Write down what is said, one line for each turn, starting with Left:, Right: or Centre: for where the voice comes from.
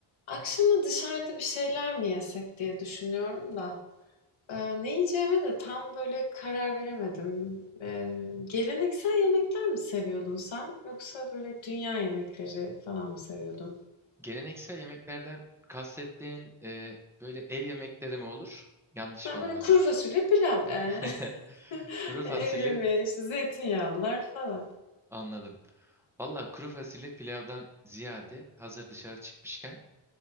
Left: Akşama dışarıda bir şeyler mi yesek diye düşünüyorum da. Ee, ne yiyeceğime de tam böyle karar veremedim. Ee, geleneksel yemekler mi seviyordun sen? Yoksa böyle dünya yemekleri falan mı seviyordun?
Centre: Geleneksel yemeklerden kastettiğin e, böyle ev yemekleri mi olur? Yanlış
Left: Ben
Centre: mı anladım?
Left: böyle kuru fasulye pilav yani.
Centre: <laughs>
Left: <laughs>
Centre: Kuru
Left: Erime,
Centre: fasulye
Left: işte zeytinyağlılar falan.
Centre: anladım. Valla kuru fasulye pilavdan ziyade hazır dışarı çıkmışken